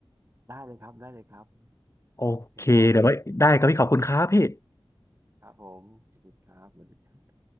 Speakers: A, on the right; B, on the left.
A: ได้เลยครับได้เลยครับ
B: โอเคเดี๋ยวไว้ได้ครับพี่ขอบคุณครับพี่
A: โอเคเนาะครับผมขอบคุณครับสวัสดีครับ